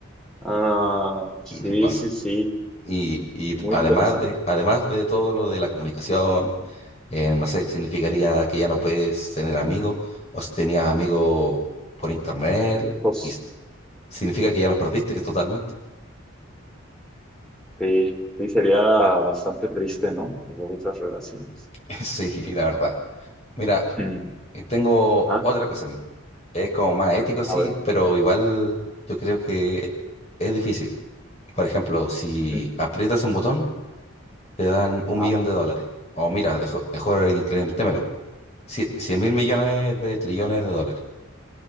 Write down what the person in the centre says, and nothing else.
Ah, sí,
sí, sí.
Muy
interesante.
Lejos.
Ajá. Sí, sí, sería bastante triste, ¿no? Luego esas relaciones.
Mm.
Ah,
a ver.
Ujú.
Ah,